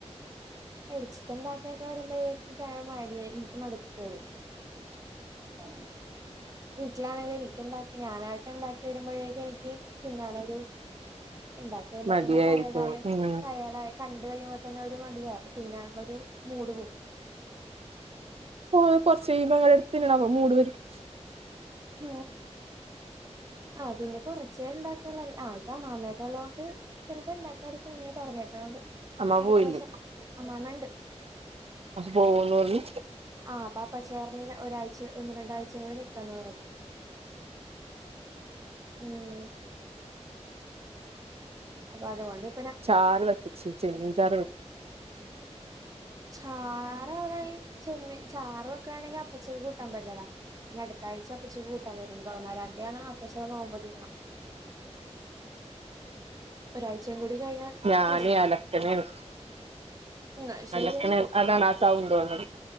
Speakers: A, on the right; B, on the right.
A: എടിത്തിണ്ടാക്കിയൊക്കെ വരുമ്പോഴേക്കും ഇങ്ക് മടിയ എനിക്ക് മടപ്പ് വെരും
B: <inaudible>
A: ആ വീട്ടിലാണെങ്കിൽ എനിട്ടുണ്ടാക്കി ഞാനായിട്ട് ഉണ്ടാക്കി വരുമ്പോഴേക്ക എനിക്ക് തിന്നാനൊരു ഉണ്ടാക്കിയുമ്പോ
B: മടിയായിരിക്കും
A: തന്നെ ടായെടായി
B: ഉം
A: ടയേഡായി കഴിയുമ്പോ തന്നെ ഒരു മടിയ തിന്നാനൊരു മൂട് പോകും
B: പോ കൊറച്ചഴിയുമ്പോ ഇങ്ങൾ എടുത്തിന്നണം മൂട് വരുമ്പോ
A: ആ ആ പിന്നെ കുറച്ച ഉണ്ടാക്കള്ള ആൾക്ക അമാമക്കെ ഉള്ളതത് കൊണ്ട് ചിലപ്പോ ഉണ്ടാക്കാരിക്ക ഇങ്ങനെ പറഞ്ഞേക്കൊണ്ട്
B: അമ്മ
A: അടുത്ത
B: പോയില്ല
A: ദിവസം ആമാമഇണ്ട്
B: അപ്പൊ പോവന്നൂള്ളൂ
A: ആ അപ്പ ഇപ്പച്ചി ഒരാഴ്ച ഒന്ന് രണ്ടാഴ്ചകൂടെ നിക്കാന്ന് പറഞ് ഉം അതല്ലെ വേണ്ടിയെ
B: ചാറു വെക്കും ചെമ്മീൻ ചാർ
A: ചാറ അടെ ചെമ്മ ചാറൊക്കെ ആണെങ്കിൽ അപ്പച്ചത് കൂട്ടാൻ പറ്റില്ലട ഞ അടുത്താഴ്ച അപ്പച്ചു കൂട്ടാൻ വരണ്ട് പതിനാലാംതിയതിയാണ് അപ്പചീടെ നോമമ്പോതിരണേ
B: <inaudible>
A: ഒരാഴ്ചയും കൂടി കഴിഞ്ഞാൽ
B: ഞാന്
A: തീരും
B: അളക്കലെന്
A: എന്നാ ശരിയെന്ന്
B: അങ്ങനെ അതാണ് ആ സൗണ്ട് വന്നത്